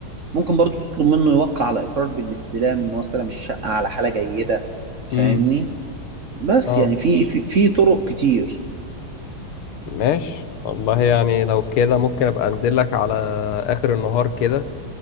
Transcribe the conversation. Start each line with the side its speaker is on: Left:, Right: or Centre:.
Right: ممكن برضو تطلب منه يوقع على إقرار بالاستلام إن هو استلم الشقة على حالة جيدة فاهمني
Left: امم
Right: بس
Left: اه
Right: يعني في في, في طرق كتير
Left: ماشي والله يعني لو كده ممكن ابقى انزل لك على اخر النهار كده